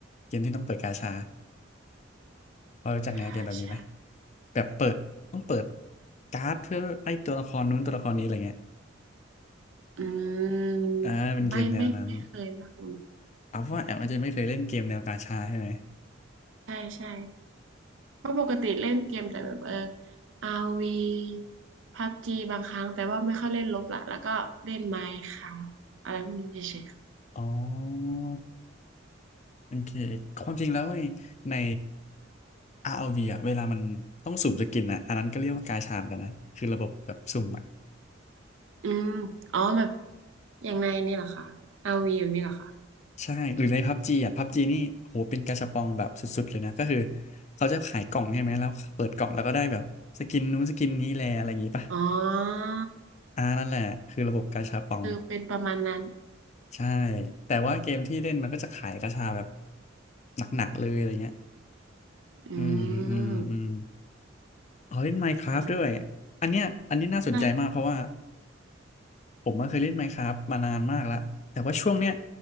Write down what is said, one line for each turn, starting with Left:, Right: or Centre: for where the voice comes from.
Left: เกมที่ต้องเปิดกาชาพอรู้จักแนวเกมแบบนี้ไหม
Right: กาชา
Left: แบบเปิดต้องเปิดการ์ดเพื่อไล่ตัวละครนู้นตัวละครนี้อะไรเงี้ย
Right: อืม
Left: อ่าเป็นเกมแนวนั้น
Right: ไม่ไม่ไม่เคยไม่คุ้น
Left: เอาว่าแอมอาจจะไม่เคยเล่นเกมแนวกาชาใช่ไหม
Right: ใช่ใช่เพราะปกติเล่นเกมแต่แบบเอออาร์วีพับจีบางครั้งแต่ว่าไม่ค่อยเล่นลบละแล้วก็เล่นไมน์คราฟอะไรพวกนี้เฉยๆค่ะ
Left: อ๋อโอเคความจริงแล้วในในอาร์ v อลวีอ่ะเวลามันต้องสุ่มสกินอะอันนั้นก็เรียกว่ากาชาเหมือนกันนะคือระบบแบบสุ่มอะ
Right: อืมอ๋อแบบอย่างในนี่เหรอคะอาร์วีแบบนี้เหรอคะ
Left: ใช่ หรือในพับจีอ่ะพับจีนี่โหเป็นกาชาปองแบบสุดๆเลยนะ ก็คือเขาจะขายกล่องใช่ไหม แล้วเปิดกล่องแล้วก็ได้แบบสกินนู้นสกินนี้แลอะไรอย่างงี้ป่ะ
Right: อ๋อ
Left: อ่านั่นแหละคือระบบกาชาปอง
Right: คือเป็นประมาณนั้น
Left: ใช่ แต่ว่าเกมที่เล่นมันก็จะขายกาชาแบบหนักๆเลยอะไรเงี้ย
Right: อืม
Left: อืมอืมอืมอ๋อเล่น Minecraft
Right: โอ้
Left: ด้วย อันเนี้ยอันนี้น่าสนใจมากเพราะว่า
Right: ใช่
Left: ผมมาเคยเล่น Minecraft มานานมากแล้วแต่ว่าช่วงเนี้ย